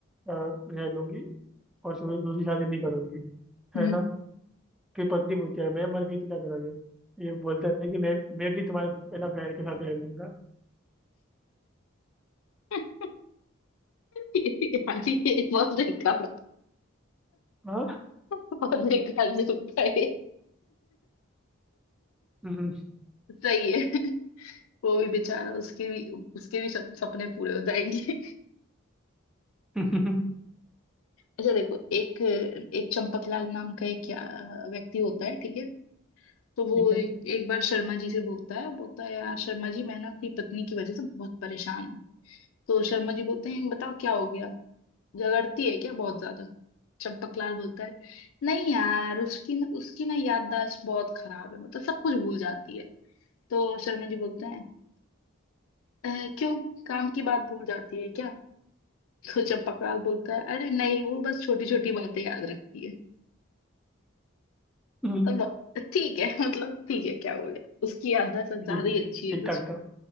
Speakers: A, in the centre; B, on the left.
A: रह लूंगी और उससे दूसरी शादी नहीं करूंगी
B: हम्म।"
A: है ना फिर पत्नी पूछती है मैं मर गई तो क्या करोगे ये बोलता है कि मैं मैं भी तुम्हारे पहला बहन के साथ रह लूंगा
B: यार ये बहुत बेकार
A: हाँ
B: बहुत बेकार जोक था ये
A: हम्म,
B: सही है वो भी बेचारा उसके भी उसके भी सप- सपने पूरे हो जाएंगे
A: <laughs>
B: अच्छा देखो एक एक चंपकलाल नाम का एक क्या- व्यक्ति होता है ठीक है तो वो
A: ठीक
B: एक,
A: है
B: एक बार शर्मा जी से बोलता है बोलता है यार शर्मा जी मैं ना अपनी पत्नी की वजह से बहुत परेशान हूँ तो शर्मा जी बोलते हैं बताओ क्या हो गया झगड़ती है क्या बहुत ज्यादा चंपकलाल बोलता है नहीं यार उसकी न, उसकी ना याददाश्त बहुत खराब है मतलब सब कुछ भूल जाती है तो शर्मा जी बोलते हैं "अह, क्यों काम की बात भूल जाती है क्या तो चंपकलाल बोलता है अरे नहीं वो बस छोटी छोटी बातें याद रखती है
A: हम्म,
B: मतलब ठीक है मतलब ठीक है क्या बोले उसकी याददाश्त ज्यादा
A: ठीक
B: ही अच्छी
A: ठीक
B: है कुछ
A: ठाक था